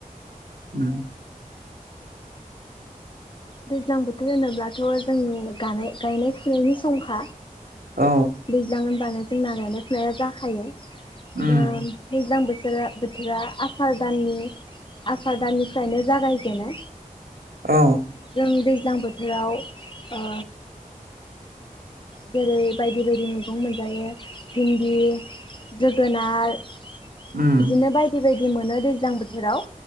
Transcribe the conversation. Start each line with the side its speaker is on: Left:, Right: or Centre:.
Right: ओम
Left: दैज्लां बोथोर होनोब्लाथ' जोंनि गानाय गायनाय फुनायनि समखा।
Right: औ
Left: दैज्लां होनबानो जोंना गायनाय फुनाया जाखायो।
Right: उम
Left: दोम दैज्लां बो थोरा बोथोरा आसार दाननि आसार दाननिफ्रायनो जागायजेनो।
Right: औ।
Left: जों दैज्लां बोथोराव ओ जेरै बायदि बायदि मैगं मोनजायो भिन्दि, जोगोनार बिदिनो
Right: उम
Left: बायदि बाय दि मोनो दैज्लां बोथोराव।